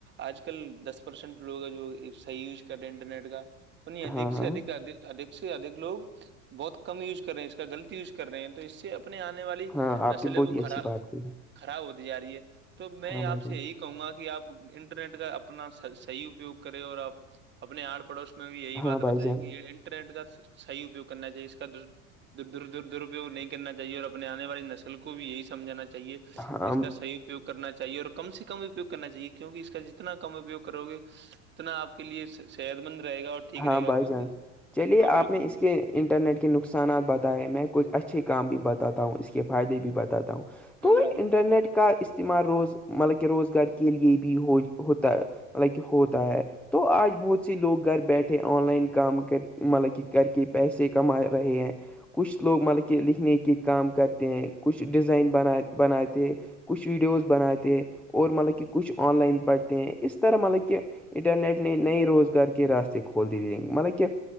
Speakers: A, on the right; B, in the centre.
A: آج کل دس پرسینٹ لوگ ہے جو صحی ز انٹرنیٹ کا پ ادک
B: ہاں
A: سے
B: ہاں
A: اک ا ادک سے ادک لوگ بہت کم یوز کرے ہیں اس کا غلط یوز کر رہے ہیں تو اس سے اب اپنے آنے والی
B: ہاں آپ
A: نسلیں
B: نے بہت
A: وہ
B: ہی اچھی
A: خراب
B: بات کی ہے
A: خراب ہوتی جا رہی ہے تو میں
B: ہاں بھائی
A: آپ
B: جان
A: سے یہی کہوں گا کہ آپ انٹرنیٹ کا اپنا صحیح اپیوگ کریں اور آپ اپنے آڑ پڑوس میں بھی یہی بات
B: ہاں بھائی
A: بتائ
B: جان
A: کہ انٹرنیٹ کا صحی اپیوگ کرنا چاہیے اس کا د دور در درپیوگ نہیں کرنا چاہیے اور اپنے آنے والی نسل کو بھی یہی سمجھانا چاہیے
B: ہاں
A: اس کا سی اپیوگ کرنا چاہیے اور کم سے کم اپیوگ کرنا چاہیے کیونکہ اس کا جتنا کم اپیگ کرو گے اتنا آپ کے لیے صحت مند رہےا اور ٹھیک
B: ہاں
A: رہے
B: بھائی
A: گا کیونکہ
B: جان چلیے
A: ہاں
B: آپ
A: بالکل
B: نے اس کے انٹرنیٹ کے نقصانات بتائے میں کچھ اچھے کام بھی بتاتا ہوں اس کے فائدے بھی بتاتا ہوں
A: ہاں
B: تو
A: بالکل
B: انٹرنیٹ
A: بالکل
B: کا استعمال روز مطلب کہ روزگار کے لیے بھی ہو ہوتا ہے مطلب کہ ہوتا ہے تو آج بہت سی لوگ گھر بیٹھے بیٹھے آن لائن کام کر مطلب کہ کر کے پیسے کما رہے ہیں کچھ لوگ مطلب کہ لکھنے کے کام کرتے ہیں کچھ ڈیزائن بن بناتے کچھ ویڈیوز بناتے ہیں اور مطلب کہ کچھ آن لائن پڑھتے ہیں اس طرح مطلب کہ انٹرنیٹ نے نئے روزگار کے راستے کھول دیے دیے مطلب کہ